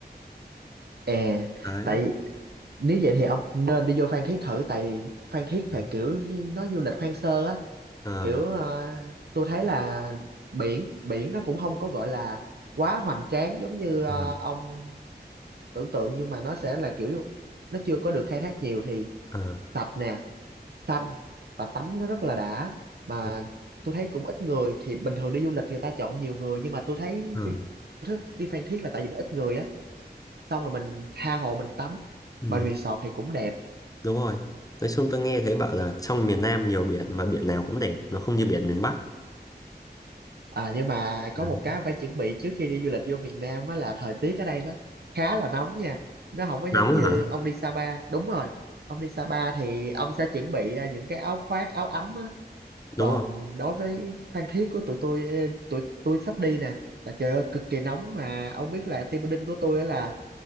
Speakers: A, on the right; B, on the left.
A: à
B: đấy
A: tại nếu vậy thì ông nên đi vô Phan Thiết thử tại Phan Thiết
B: đấy
A: thì kiểu như nó du lịch hoang sơ á
B: ờ
A: kiểu ờ, tôi thấy là biển biển nó cũng không có gọi là quá hoành tráng giống như ờ,
B: ừ.
A: ông tưởng tượng nhưng mà nó sẽ là kiểu nó chưa có được khai thác nhiều thì
B: ờ
A: sạch nè xanh và tắm nó rất là đã mà
B: ừ.
A: tôi thấy cũng ít người thì bình thường đi du lịch người ta chọn nhiều người nhưng mà tôi thấy
B: ừ.
A: đi Phan Thiết là tại vì nó ít người á xong rồi mình tha hồ mình tắm
B: ừ.
A: mà resort thì cũng đẹp
B: đúng rồi nói chung tôi nghe thấy bảo là trong miền Nam nhiều biển mà biển nào cũng đẹp nó không như biển miền Bắc
A: À, nhưng mà
B: đấy.
A: có một cái phải chuẩn bị trước khi đi du lịch vô miền Nam á là thời tiết ở đây nó khá là nóng nha. Nó không có giống
B: nóng
A: như
B: hả
A: ông đi Sapa. Đúng rồi. Ông đi Sapa thì ông sẽ chuẩn bị à, những cái áo khoác, áo ấm á.
B: đúng
A: Còn
B: rồi
A: đối với Phan Thiết của tụi tôi, ờ, tụi tôi sắp đi nè là trời ơi cực kỳ nóng mà ông biết là team building của tôi á là